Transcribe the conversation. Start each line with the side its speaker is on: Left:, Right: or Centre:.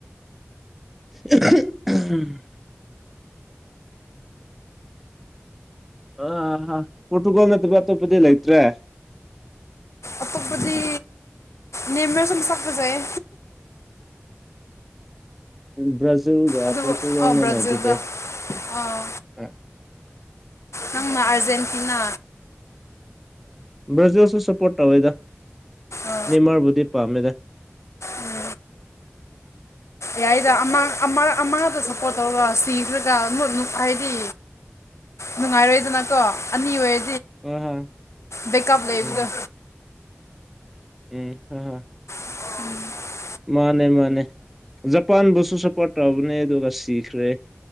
Centre: <unintelligible> ꯑꯥꯍꯥ ꯄꯣꯔꯇꯨꯒꯣꯜ ꯅꯠꯇꯕ ꯇꯣꯞꯄꯗꯤ ꯂꯩꯏꯇ꯭ꯔꯦ
Left: ꯑꯇꯣꯞꯄꯗꯤ ꯅꯦꯃꯥꯔꯁꯨ ꯃꯁꯛ ꯐꯖꯩꯌꯦ
Centre: ꯎꯝ
Left: ꯑꯗꯨꯕꯨ
Centre: ꯄꯣꯣꯔꯇꯨꯒꯜꯅꯗꯨꯇꯦ
Left: ꯑꯥ ꯕ꯭ꯔꯥꯖꯤꯜꯗ
Centre: ꯑ
Left: ꯑꯥ ꯅꯪꯅ ꯑꯔꯖꯦꯟꯇꯤꯅꯥ
Centre: ꯭ꯔꯖꯤꯜꯁꯨ ꯁꯄꯣꯔꯠ ꯇꯧꯋꯦꯗ
Left: ꯑ
Centre: ꯅꯦꯃꯥꯔꯕꯨꯗꯤ ꯄꯥꯝꯃꯦꯗ
Left: ꯎꯝ ꯌꯥꯏꯗ ꯑꯃꯥꯡꯗ ꯁꯞꯄꯣꯔꯠ ꯇꯧꯔꯒ ꯁꯤꯈ꯭ꯔꯒꯠ ꯍꯥꯏꯗꯤ ꯅꯨꯡꯉꯥꯏꯔꯣꯏꯗꯅ ꯀꯣ ꯑꯅꯤ ꯑꯣꯏ
Centre: ꯍꯣꯏ ꯍꯣꯏ
Left: ꯕꯦꯀꯞ ꯂꯩꯕꯒ
Centre: ꯎꯝ ꯎꯝ ꯍ ꯍ
Left: ꯎꯝ
Centre: ꯃꯥꯅꯦ ꯃꯥꯅꯦ ꯖꯄꯥꯟꯕꯨꯁꯨ ꯁꯞꯄꯣꯔꯠ ꯇꯧꯕꯅꯦ ꯑꯗꯨꯒ ꯁꯤꯈ꯭ꯔꯦ